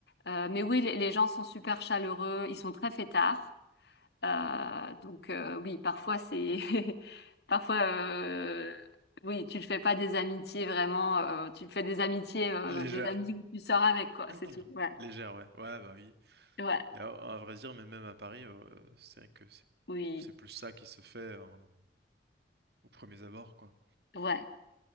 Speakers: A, on the left; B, on the right.
A: Euh, mais oui, les, les gens sont super chaleureux, ils sont très fêtards. Euh, donc euh, oui, parfois c'est <laughs> parfois euh, oui, tu ne fais pas des amitiés vraiment, euh, tu te fais des amitiés, euh,
B: Légère.
A: des amis où tu sors avec quoi,
B: <clears throat>
A: c'est tout. Ouais,
B: Légère, ouais. Ouais, bah oui.
A: ouais,
B: Mais à, à vrai dire, mais même à Paris, euh, c'est vrai que c'est
A: oui,
B: c'est plus ça qui se fait en- aux premiers abords, quoi.
A: ouais,